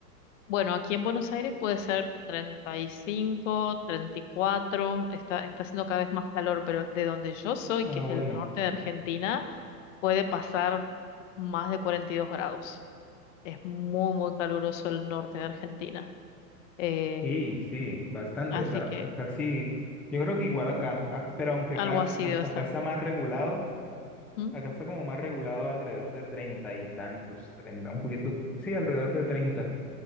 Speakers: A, on the left (about 50°); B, in the centre.
A: Bueno, aquí en Buenos Aires puede ser treinta treinta y cinco, treinta y cuatro. está, está haciendo cada vez más calor, pero de donde yo soy,
B: Ah,
A: que es
B: bueno,
A: el norte de Argentina, puede pasar más de 42 grados. Es muy, muy caluroso el norte de Argentina. Eh,
B: sí, sí, bastante,
A: así
B: o sea,
A: que
B: casi, yo creo que igual acá, acá- pero aunque
A: algo
B: acá,
A: así
B: a-
A: debe
B: acá
A: ser.
B: está más regulado,
A: Ujú.
B: acá está como más regulado alrededor de treinta y tantos, treinta, un poquito, sí, alrededor de treinta.